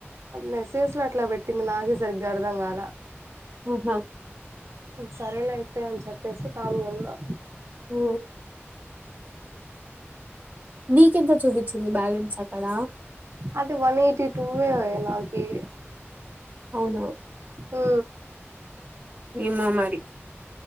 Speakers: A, on the right; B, on the right.
A: మెసేజ్ లో అట్లా పెట్టింది నాకే సరిగ్గా అర్థంగాల
B: ఉహ
A: సరేలే అయితే అని చెప్పేసి కామ్ ఉన్నా
B: ఉ నీకెంత చూపించింది బ్యాలెన్స్ అక్కడ
A: అది వన్ ఎయిటీ టూవే ఏ నాకి
B: అవునా
A: ఆ
B: ఏమో మరి